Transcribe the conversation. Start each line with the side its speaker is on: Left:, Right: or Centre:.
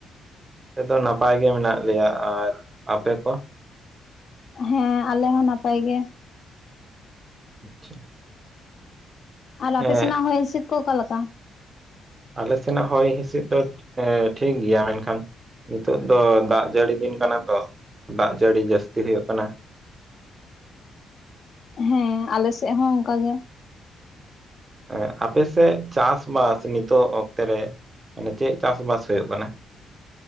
Right: <inaudible> ᱫᱚ ᱱᱟᱯᱟᱭ ᱜᱮ ᱢᱮᱱᱟᱜ ᱞᱮᱭᱟ᱾ ᱟᱨ ᱟᱯᱮ ᱠᱚ?
Left: ᱦᱮᱸ ᱟᱞᱮ ᱦᱚᱸ ᱱᱟᱯᱟᱭ ᱜᱮ᱾
Right: ᱟᱪᱪᱷᱟ᱾
Left: ᱟᱨ
Right: ᱦᱮᱸ
Left: ᱟᱯᱮ ᱥᱮᱱᱟᱜ ᱦᱚᱭ ᱦᱤᱸᱥᱤᱫ ᱠᱚ ᱚᱠᱟᱮᱠᱟ?
Right: ᱟᱞᱮ ᱥᱮᱱᱟᱜ ᱦᱚᱭ ᱦᱤᱸᱥᱤᱫ ᱫᱚ ᱮᱸ ᱴᱷᱤᱠ ᱜᱮᱭᱟ, ᱢᱮᱱᱠᱷᱟᱱ ᱱᱤᱛᱚᱜ ᱫᱚ ᱫᱟᱜ ᱡᱟᱹᱲᱤ ᱫᱤᱱ ᱠᱟᱱᱟ ᱛᱚ, ᱫᱟᱜ ᱡᱟᱹᱲᱤ ᱡᱟᱹᱥᱛᱤ ᱦᱩᱭᱩᱜ ᱠᱟᱱᱟ᱾
Left: ᱦᱮᱸ ᱟᱞᱮᱥᱮᱜ ᱦᱚᱸ ᱚᱝᱠᱟ ᱜᱮ᱾
Right: ᱮᱸᱜ ᱟᱯᱮᱥᱮᱜ ᱪᱟᱥᱵᱥ ᱱᱤᱛᱚᱜ ᱚᱠᱛᱮ ᱨᱮ, ᱢᱟᱱᱮ ᱪᱮᱜ ᱪᱟᱥ-ᱵᱟᱥ ᱦᱩᱭᱩᱜ ᱠᱟᱱᱟ?